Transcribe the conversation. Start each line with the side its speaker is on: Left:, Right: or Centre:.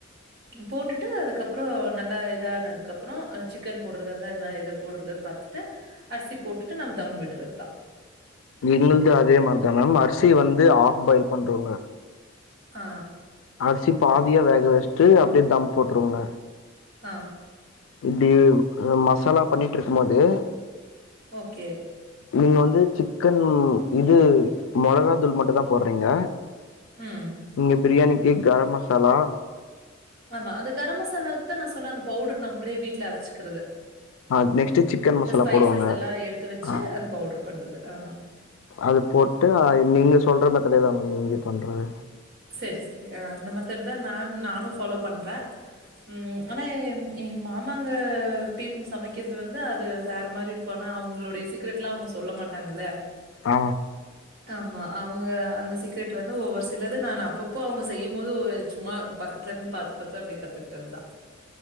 Right: போட்டுட்டு அதுக்கப்றோ நல்லா இதானதுக்கப்றோ சிக்கன் போட் போடுறத இருந்தா நா‌ எத போடுறது பாத்துட்டு அரிசி போட்டுட்டு நம்ம தம் விடுறது தா
Left: எங்கள்து அதே மாரிதா மம் அரிசி வந்து ஆஃப் பாயில் பண்றோங்க
Right: ஆ
Left: அரிசி பாதியா வேக வச்ட்டு அப்டியே தம் போட்ருவோங்க
Right: ஆ
Left: இப்டி மசாலா பண்ணிட்ருக்கும் போதே
Right: ஓகே
Left: நீங்க வந்து சிக்கன் இது மொளகா தூள் மட்டு தா போடுறீங்க
Right: ம்
Left: இங்க பிரியாணிக்கு கரம் மசாலா
Right: ஆமா அந்த கரம் மசாலாக்கு தா நா சொன்ன அந்த பவுடர் நம்மளே வீட்ல அரச்சிக்குறது
Left: ஆ நெக்ஸ்ட்டு சிக்கன்
Right: இந்த
Left: மசாலா
Right: ஸ்பைசஸ்
Left: போடுவாங்க
Right: எல்லா எடுத்து வச்சி
Left: ஆ
Right: அந்த பவுடர் பண்றது ஆ
Left: அது போட்டு ஆ நீங்க சொல்ற மெத்தடே தா மம் இங்க பண்றது
Right: சரி சரி ஆ அந்த மத்தட் தா நா நானு ஃபாலோ பண்ற ம் ஆனா எ மாமாங்க டீம் சமைக்கிறது வந்து அது வேற மாரி இருக்கு ஆனா அவுங்களுடைய சிக் சீக்ரெட்ல்லா அவங்க சொல்ல மாட்டாங்கல்ல
Left: ஆ
Right: ஆமா அவுங்க அந்த சீக்ரெட் வந்து ஒவ்வொரு சி சிலது நானு அப்பப்போ அவங்க செய்யும் போது சும்மா பக்கத்துல இருந்து பாத்து பாத்து அப்டியே கத்துக்கிட்டது தா